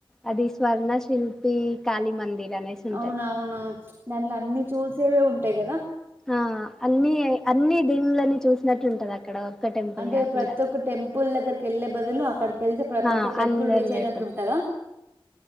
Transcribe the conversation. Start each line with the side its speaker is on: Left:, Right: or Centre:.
Centre: అది స్వర్ణశిల్ ఈ కాళీ మందిర్ అనేసి ఉంటది
Right: అవున అవును దానిలో అన్ని చూసేవే ఉంటాయి కదా
Centre: ఆ అన్ని అన్ని దీన్లన్నీ చూసినట్టు ఉంటాది అక్కడ ఒక్క టెంపుల్
Right: అంటే
Centre: కాకుండా
Right: ప్రతి ఒక్క టెంపుల్ దగ్గరకి వెళ్లే బదులు అక్కడికి వెళ్తే ప్రతి
Centre: ఆ
Right: ఒక్క టెంపుల్
Centre: అందరు
Right: రీచ్
Centre: భయపడుతు
Right: అయినట్టు ఉంటాదా